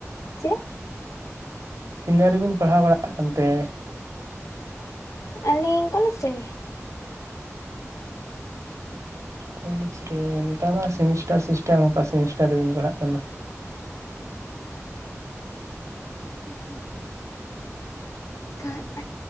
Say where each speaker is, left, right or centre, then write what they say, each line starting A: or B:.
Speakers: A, on the left; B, on the right.
A: ᱪᱮᱫ
B: ᱛᱤᱱᱟᱹ ᱨᱮᱵᱤᱱ ᱯᱟᱲᱦᱟᱣ ᱵᱟᱲᱟᱜ ᱠᱟᱱᱛᱮ
A: ᱟᱹᱞᱤᱧ ᱠᱚᱞᱮᱡᱽ ᱨᱮᱜᱮ
B: ᱠᱚᱞᱮᱡᱽ ᱨᱮ ᱱᱮᱛᱟᱨ ᱢᱟ ᱥᱮᱢᱤᱥᱴᱟᱨ ᱥᱤᱥᱴᱮᱢ ᱚᱠᱟ ᱥᱮᱢᱤᱥᱴᱟᱨ ᱨᱮᱵᱤᱱ ᱯᱟᱲᱦᱟᱜ ᱠᱟᱱᱟ?
A: <inaudible> ᱛᱟᱸᱜ